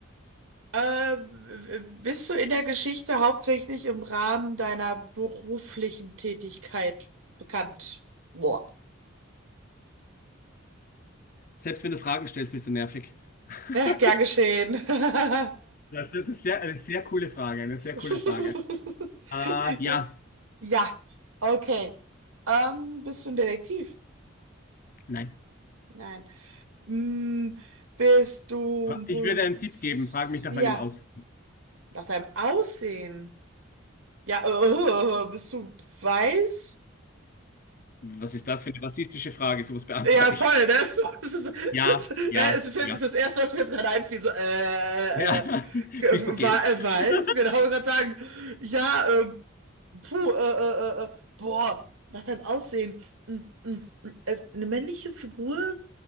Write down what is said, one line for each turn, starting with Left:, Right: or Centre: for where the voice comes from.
Right: äh, w- bist du in der Geschichte hauptsächlich im Rahmen deiner beruflichen Tätigkeit bekannt? Boah.
Left: Selbst wenn du Fragen stellst, bist du nervig. <laughs>
Right: Ja, gern geschehen. <laughs>
Left: Das ist sehr, eine sehr coole Frage, eine sehr
Right: <laughs>
Left: coole Frage. Ah, ja.
Right: Ja, okay. Ähm, bist du ein Detektiv?
Left: Nein.
Right: Nein. Hm, bist du ein
Left: Ich
Right: Poliz...
Left: würde einen Tipp geben, frag mich nach
Right: Ja,
Left: meinem Aus.
Right: nach deinem Aussehen. Ja, äh, äh, äh, äh, äh, bist du weiß?
Left: Was ist das für eine rassistische Frage? Sowas beantworte
Right: Ja, voll,
Left: ich.
Right: ne? <laughs> Das ist,
Left: Ja,
Right: das, ja,
Left: ja,
Right: es ist, das
Left: ja.
Right: ist das Erste, was mir jetzt gerade einfiel. So, äh,
Left: Ja.
Right: äh,
Left: <laughs>
Right: ge-
Left: Bist du gay?
Right: wa- äh, weiß?
Left: <laughs>
Right: Genau, ich wollte gerade sagen. Ja, ähm, puh, äh, äh, äh, äh, boah, nach deinem Aussehen. Hm, hm, hm. Also, eine männliche Figur?